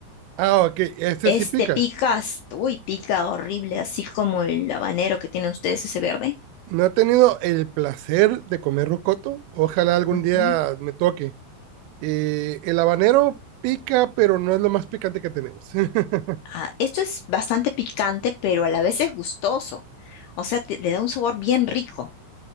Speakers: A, on the right (about 85°); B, on the left (about 75°).
A: Ah, ok, este
B: Este
A: sí pica.
B: pica, hasta- uy, pica horrible, así como el habanero que tienen ustedes, ese
A: Sí.
B: verde.
A: No he tenido el placer de comer rocoto. Ojalá algún
B: Ujú.
A: día me toque. Eh, el habanero pica, pero no es lo más picante que tenemos. <laughs>
B: Ah, esto es bastante picante, pero a la vez es gustoso. O sea, te- le da un sabor bien rico.